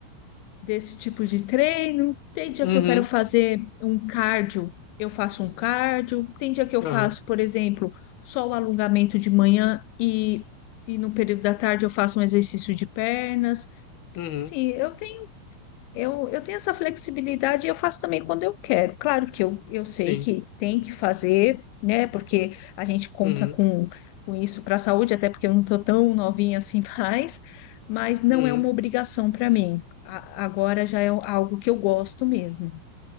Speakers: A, on the left (about 85°); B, on the left (about 60°).
A: desse tipo de treino. Tem dia
B: Uhum,
A: que eu quero fazer um cardio, eu faço um cardio. Tem dia que eu
B: aham,
A: faço, por exemplo, só o alongamento de manhã e, e no período da tarde eu faço um exercício de pernas.
B: uhum,
A: Sim, eu eu, eu tenho essa flexibilidade e eu faço também quando eu quero. Claro que eu, eu
B: sim.
A: sei que tem que fazer, né? Porque a gente conta
B: Uhum,
A: com, com isso para a saúde, até porque eu não estou tão novinha assim <laughs> mais, mas não
B: uhum.
A: é uma obrigação para mim. A- agora já é algo que eu gosto mesmo.